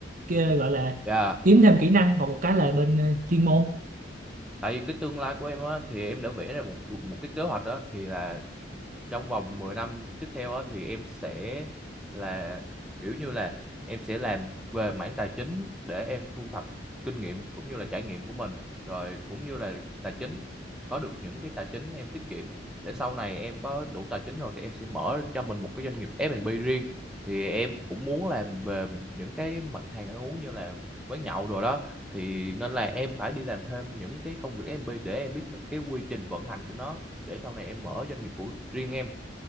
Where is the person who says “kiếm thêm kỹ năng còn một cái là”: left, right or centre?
Right